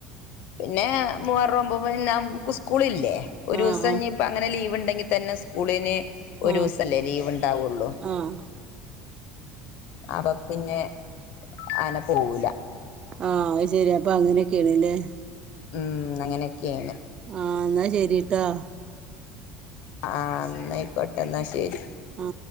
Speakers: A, on the left; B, on the right.
A: പിന്നെ മൂവാർ ആവുമ്പോ നക്ക് സ്കൂള ഇല്ലേ ഒരു
B: ആഹ്
A: ദിവസം
B: ആഹ്
A: ഇപ്പ അങ്ങനെ ലീവ് ലവ് ഉണ്ടെങ്കിൽ തന്നെ സ്കൂളിന് ഒരു
B: ആഹ്
A: ദിവസംല്ലേ ലീവ് ഉണ്ടാവുള്ളൂ
B: ആഹ്
A: അപ്പൊ പിന്നെ അനെ പോവല
B: ആഹ് അത് ശരി അപ്പൊ അങ്ങനൊക്കെയണല്ലേ
A: ഉം അങ്ങനൊക്കെയാണ്
B: ആ എന്നാ ശരിട്ടാ
A: ആന്നായിക്കോട്ടെ എന്നാ ശരി
B: ആ